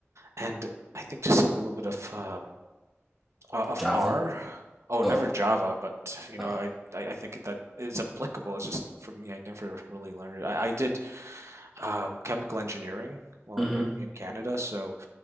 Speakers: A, on the right; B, in the centre.
A: and I think just a little bit of um, uh, of
B: java
A: R. Oh,
B: Oh,
A: never Java, but you
B: uh,
A: know, I, I I think that is applicable. It's just for me, I never really learned it. I, I did um, chemical engineering well
B: mm-hmm.
A: in, in Canada, so